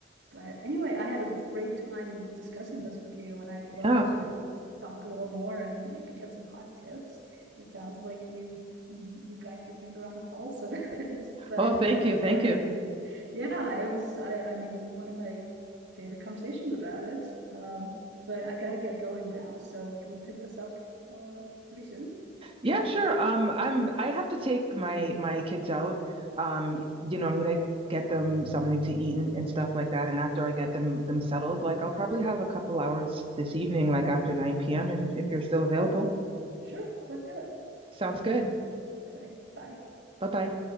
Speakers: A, on the right; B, on the right.
A: but anyway, I had a great time discussing this with you, and I'd love
B: Yeah.
A: to talk a little more and maybe get some hot tips. It sounds like you you, you got your finger on the pulse of it, <laughs> but
B: Oh, thank
A: I have
B: you.
A: to
B: Thank
A: run
B: you.
A: yeah, it was, I, I mean, one of my favorite conversations about it. Um, but I got to get going now. So can we pick this up uh, pretty soon?
B: Yeah, sure. Um I'm I have to take my my kids out. Um you know, I'm gonna get them something to eat and, and stuff like that, and after I get them them settled, like I'll probably have a couple hours this evening, like after 9 p.m. if if you're still available.
A: Sure, let's do it.
B: Sounds good.
A: All right, bye.
B: Bye-bye.